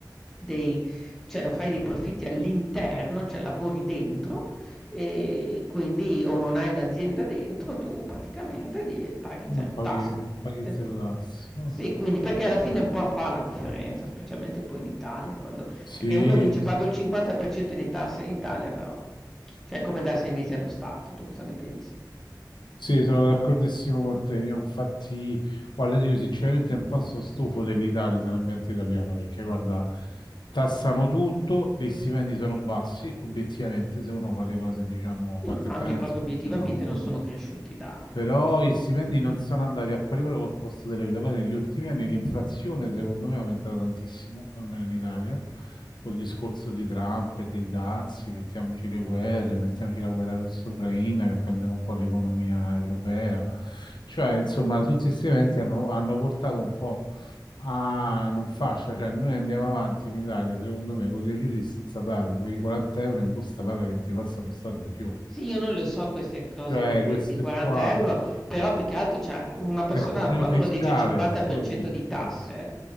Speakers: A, in the centre; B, on the left.
A: dei cioè non fai dei profitti all'interno, cioè lavori dentro, ehm, quindi o non hai un'azienda dentro, tu praticamente di paghi 0
B: Non paghi,
A: tasse.
B: paghi
A: Es
B: zero tasse. Oh.
A: sì, quindi perché alla fine un po' fa la differenza, specialmente poi in Italia quando
B: Sì,
A: perché uno dice: "Pago il 50% di tasse in Italia", però cioè è come dare 6 mesi allo Stato. Tu cosa ne pensi?
B: Sì, sono d'accordissimo con te. Io infatti, guarda, io sinceramente un po' sono stufo dell'Italia, dell'ambiente italiano, perché guarda, tassano tutto, gli stipendi sono bassi, obiettivamente, se uno fa le cose, diciamo,
A: Sì,
B: fatte
A: ma anche
B: bene,
A: proprio
B: si
A: obiettivamente
B: mette al lavoro.
A: non sono cresciuti da
B: Però
A: cioè
B: i stipendi non sono andati a pari passo col costo della vita. Poi negli ultimi anni l'inflazione, secondo me, è aumentata tantissimo, almeno in Italia, col discorso di Trump e dei dazi, mettiamoci le guerre, mettiamoci la guerra russo-ucraina che ha cambiato un po' l'economia europea. Cioè, insomma, tutti questi eventi hanno, hanno portato un po' a non fascia. Cioè, noi andiamo avanti in Italia, secondo me, con gli aiuti statali, con i 40 euro in busta paga che ti passa lo Stato in più.
A: Sì, io non le so queste cose
B: Cioè,
A: delle
B: questo
A: dei 40
B: qua
A: €, però più che altro cioè una persona
B: del cuneo
A: quando
B: fiscale,
A: uno dice 50%
B: quello è il discorso.
A: di tasse,